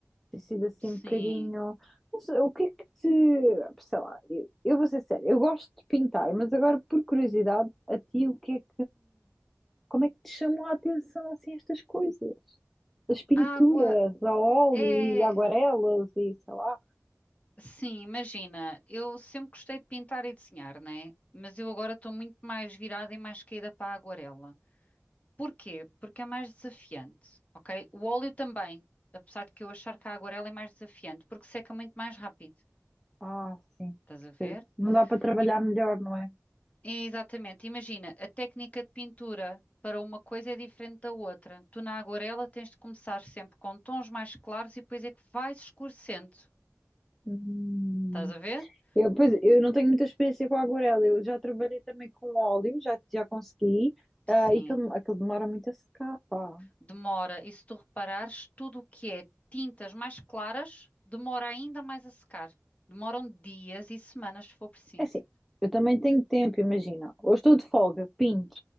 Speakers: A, in the centre; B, on the left.
A: tem sido assim
B: sim.
A: um bocadinho. Não sei, o que é que te. Sei lá, eu, eu vou ser séria, eu gosto de pintar, mas agora por curiosidade, a ti, o que é que. Como é que te chamou a atenção assim estas coisas? As pinturas
B: A água
A: a óleo
B: é.
A: e aguarelas e sei lá.
B: Sim, imagina, eu sempre gostei de pintar e desenhar, né? Mas eu agora estou muito mais virada e mais caída para a aguarela. Porquê? Porque é mais desafiante, ok? O óleo também, apesar de que eu achar que a aguarela é mais desafiante, porque seca muito mais rápido.
A: Ah, sim,
B: Estás
A: percebo.
B: a ver?
A: Não dá para trabalhar
B: Im-
A: melhor, não é?
B: é, exatamente. Imagina, a técnica de pintura para uma coisa é diferente da outra. Tu na aguarela tens de começar sempre com tons mais claros e depois é que vais escurecendo.
A: Hum.
B: Estás a ver?
A: Eu, pois,
B: V-
A: eu não tenho muita experiência com a aguarela. Eu já trabalhei também com óleo, já, já consegui. ah,
B: Sim.
A: e aquilo, aquilo demora muito a secar, pá.
B: Demora. E se tu reparares, tudo o que é tintas mais claras demora ainda mais a secar. Demoram dias e semanas se for preciso.
A: É assim, eu também tenho tempo, imagina. Hoje estou de folga, pinto.